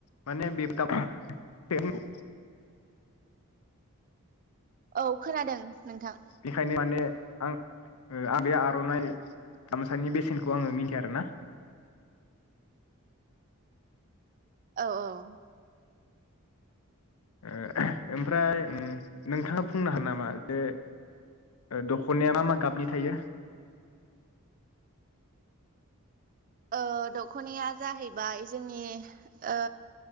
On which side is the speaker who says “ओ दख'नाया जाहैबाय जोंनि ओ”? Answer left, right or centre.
Right